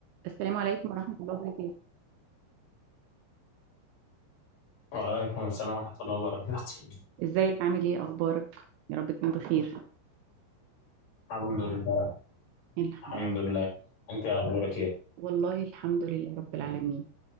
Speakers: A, on the right (about 80°); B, on the left (about 45°).
A: السلام عليكم ورحمة الله وبركاته
B: وعليكم السلام ورحمة الله وبركاته
A: ازيك عامل ايه اخبارك يا رب تكون بخير
B: الحمد لله
A: الحمد-
B: الحمد لله انت اخبارك ايه
A: والله الحمد لله رب العالمين